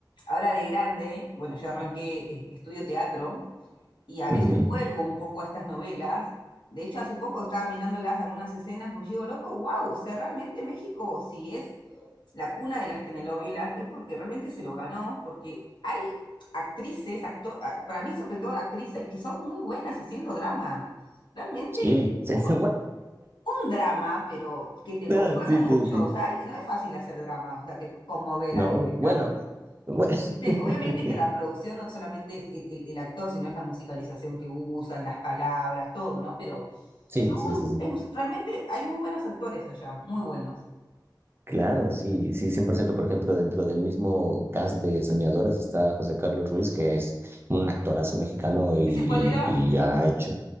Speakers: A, on the left (about 80°); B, on the right (about 30°).
A: ahora de grande, bueno, yo arranqué, eh, estudio teatro y a
B: Ujú.
A: veces vuelvo un poco a estas novelas. De hecho, hace poco estaba mirándolas algunas escenas, pues digo, loco, wow, o sea, realmente México, si es la cuna de las telenovelas, es porque realmente se lo ganó, porque hay actrices, acto- a- para mí sobre todo actrices, que son muy buenas haciendo drama. Realmente,
B: Sí, <laughs>
A: un
B: sí,
A: un drama, pero que te
B: no,
A: conmueve
B: sí,
A: mucho.
B: sí, sí.
A: O sea, hay- no es fácil hacer drama, o sea, que conmover
B: No,
A: al espectador.
B: bueno, bueno.
A: ¿Viste?
B: <laughs>
A: Obviamente que la producción no solamente es el, el- el actor, sino es la musicalización que usan, las palabras, todo, ¿no? Pero
B: Sí,
A: son
B: sí,
A: muy,
B: sí,
A: bu-
B: sí.
A: es- realmente hay muy buenos actores allá, muy buenos.
B: Claro, sí, sí, 100%. Por ciento. Por ejemplo, dentro del mismo cast de Soñadoras está José Carlos Ruiz, que es un actorazo mexicano y,
A: ¿Ese cuál era?
B: y- y ha hecho